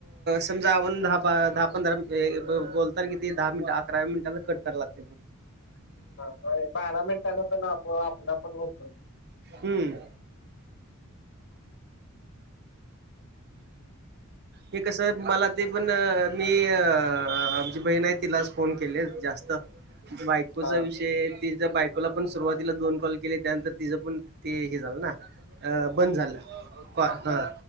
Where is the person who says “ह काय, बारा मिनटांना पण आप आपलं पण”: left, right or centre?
Left